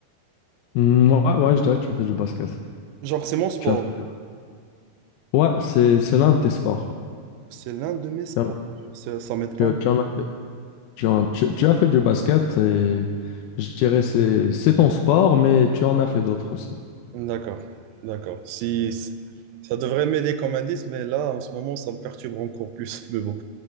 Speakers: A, on the left; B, on the right.
A: Hmm, ouais, ouais, je dirais que tu fais du basket.
B: Genre, c'est mon sport.
A: Tu as fait du- Ouais, c'est, c'est l'un de tes sports.
B: C'est l'un de mes sports.
A: Tu en
B: Ça, ça m'aide
A: tu-
B: pas.
A: tu en as fait. Tu, en- tu- tu as fait du basket et je dirais c'est c'est ton sport, mais tu en as fait d'autres aussi.
B: D'accord, d'accord. Si, si- ça devrait m'aider comme indice, mais là, en ce moment, ça me perturbe encore plus. <laughs> Mais bon.